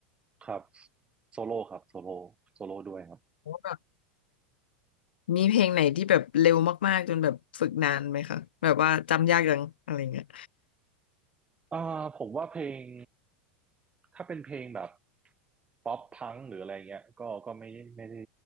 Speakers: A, on the right; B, on the left.
A: ครับโซโล่ครับโซโล่โซโล่ด้วยครับ
B: ว่าแบบมีเพลงไหนที่แบบเร็วมากๆจนแบบฝึกนานไหมคะแบบว่าจำยากจังอะไรเงี้ย
A: อ่าผมว่าเพลงถ้าเป็นเพลงแบบป๊อปพังหรืออะไรเงี้ยก็ก็ไม่ไม่ได้